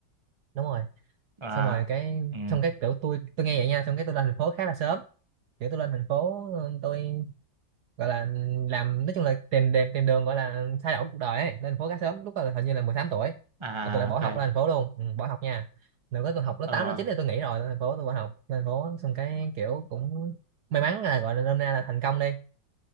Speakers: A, on the right (about 65°); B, on the right (about 15°).
A: đúng rồi
B: à
A: xong rồi cái
B: ừ,
A: xong cái kiểu tôi tôi nghe vậy nha xong cái tôi lên thành phố khá là sớm kiểu tôi lên thành phố ừ, tôi gọi là làm nói chung là tìm tìm tìm đường gọi là thay đổi cuộc đời ấy lên thành phố khá sớm lúc đó là hình như là 18 tuổi
B: à
A: là tôi đã bỏ
B: ok
A: học lên thành phố luôn ừ, bỏ học nha được cái tôi học lớp
B: ờ,
A: tám lớp chín thì tôi nghỉ rồi lên thành phố tôi bỏ học lên thành phố xong cái kiểu cũng may mắn là gọi là năm nay là thành công đi